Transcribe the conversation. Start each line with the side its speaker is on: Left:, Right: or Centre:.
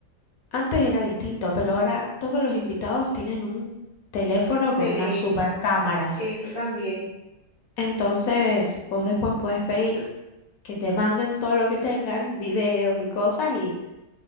Left: antes era distinto, pero ahora todos los invitados tienen un teléfono
Right: Un teléfono,
Left: con unas super cámaras.
Right: eso también.
Left: Entonces, vos después podés pedir que te manden todo lo que tengan, videos y cosas, y,